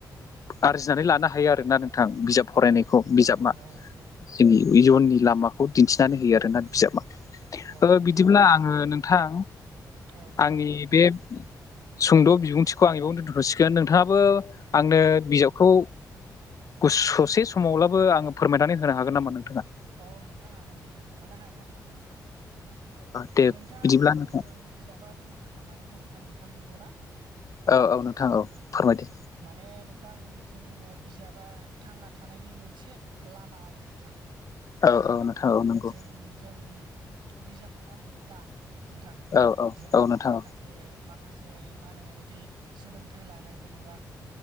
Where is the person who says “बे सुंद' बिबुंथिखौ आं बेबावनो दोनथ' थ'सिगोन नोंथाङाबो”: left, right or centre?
Left